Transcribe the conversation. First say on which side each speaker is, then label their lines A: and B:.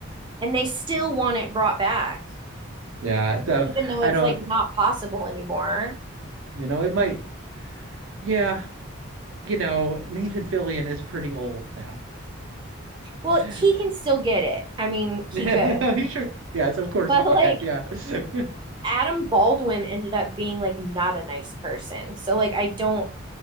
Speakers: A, on the right; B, on the right.
A: and they still want it brought back
B: Yeah, though
A: even though
B: I
A: it's
B: don't,
A: like not possible anymore
B: you know, it might. Yeah, you know, Nathan Fillion is pretty old now.
A: well
B: <laughs>
A: he can still get it i mean he
B: Yeah,
A: could
B: he sure. Yes, of course
A: <laughs> but
B: he can.
A: like
B: Yeah. <laughs>
A: adam baldwin ended up being like not a nice person so like i don't